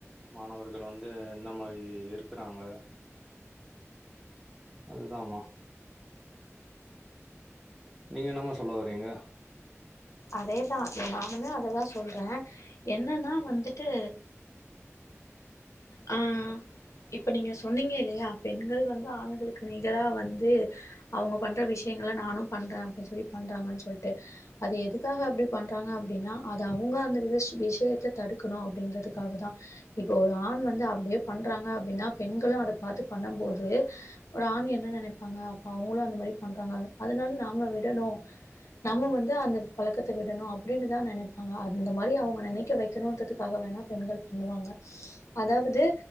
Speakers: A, in the centre; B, on the left.
A: மாணவர்கள் வந்து எந்த மாரி இருக்குறாங்க அதுதாமா நீங்க என்னமா சொல்ல வரீங்க
B: அதேதா ஏ நானுமே அததா சொல்ற என்னன்னா வந்துட்டு ஆ இப்ப நீங்க சொன்னீங்க இல்லையா பெண்கள் வந்து ஆண்களுக்கு நிகரா வந்து அவுங்க பண்ற விசயங்கள நானு பண்றே அப்டின் சொல்லி பண்றாங்கனு சொல்ட்டு அது எதுக்காக அப்டி பண்றாங்க அப்டினா அது அவுங்க அந்த வி விஷயத்த தடுக்கணு அப்டின்றதுக்காகதா இப்ப ஒரு ஆண் வந்து அப்டியே பண்றாங்க அப்டினா பெண்களு அத பாத்து பண்ணும் போது ஒரு ஆண் என்ன நினைப்பாங்க அப்ப அவுங்களு அந்த மாரி பண்றாங்க அதுனால நாம விடணு நம்ம வந்து அந்த பழக்கத்த விடணு அப்டினுதா நெனைப்பாங்க அந்த மாரி அவுங்க நெனைக்க வெக்கணுன்றதுக்காக வேணா பெண்கள் பண்ணுவாங்க அதாவது